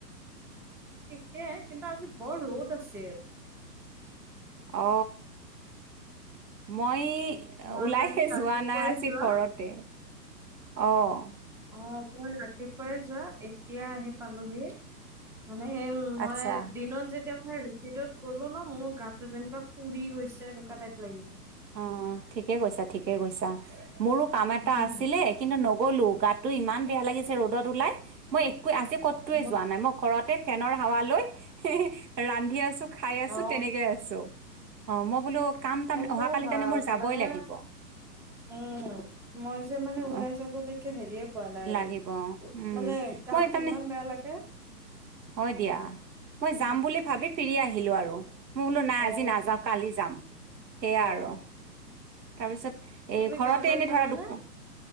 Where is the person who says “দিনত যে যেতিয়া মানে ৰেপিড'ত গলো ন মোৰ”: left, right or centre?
Centre